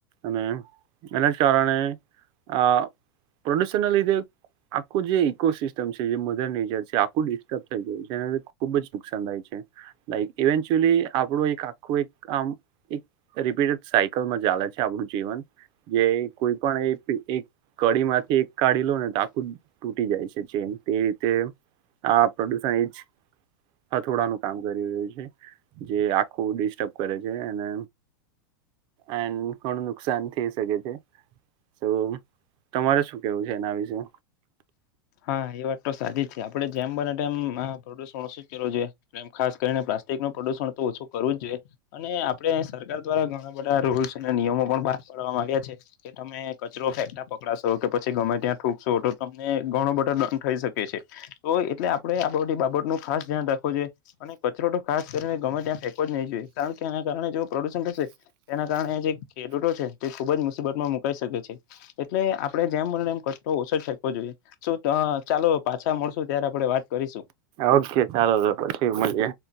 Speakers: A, on the right; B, on the left.
A: અને એના જ કારણે આ પ્રોડ્યુસર ના લીધે આખું જે ઈકોસિસ્ટમ છે એ મધર નેચર છે આખું ડિસ્ટર્બ થઈ ગયું છે એનાથી ખુબ જ નુકશાન થાય છે લાઈક ઇવેન્ટુઅલી આપડું એક આખું એક આમ એક રિપીટેડ સાયકલમાં ચાલે છે આપણું જીવન જે કોઈ પણ એ એક કડી માંથી એક કાઢી લો ને તો આખું તૂટી જાય છે. જેમ તે રીતે આ પ્રદુષણ એજ હથોડાનું કામ કરી રહ્યું છે જે આખું ડિસ્ટર્બ કરે છે. અને એન્ડ ઘણું નુકસાન થઈ શકે છે. તો તમારે શું કેવું છે એના વિશે?
B: હા એ વાત તો સાચી જ છે આપડે જેમ બને તેમ પ્રદુષણ ઓછું જ કરવુ જોઈએ એમ ખાસ કરીને પ્લાસ્ટિક નું પ્રદુષણ તો ઓછું કરવું જ જોઈએ અને આપણે સર સરકાર દ્વારા ઘણા બધા રૂલ્સ અને નિયમો પણ પા પાડવામાં આવ્યા છે કે તમે કચરો ફેંકતા પકડાશો કે પછી ગમે ત્યાં થુકશો તો તમને ઘણો બધો દડ થઈ શકે છે તો એટલે આપણે આ બધી બાબત નું ખાસ ધ્યાન રાખવું જોઈએ અને કચરો ખાસ કરીને ગર્મે ત્યા ફેંકવો જ નહીં જોઈએ કારણ કે એના કારણે જે પ્રદુષણ થશે તેના કારણે જે ખેડૂત ખેડૂતો છે તે ખુબ જ મુસીબત માં મુકાઈ શકે છે એટલે આપડે જેમ બને તેમ કચરો ઓછો જ ફેકવો જોઈએ. શું તો ચાલો પાછા મળશુ ત્યારે આપડે વાત કરીશું.
A: ઓકે ચાલો તો પછી મલયે.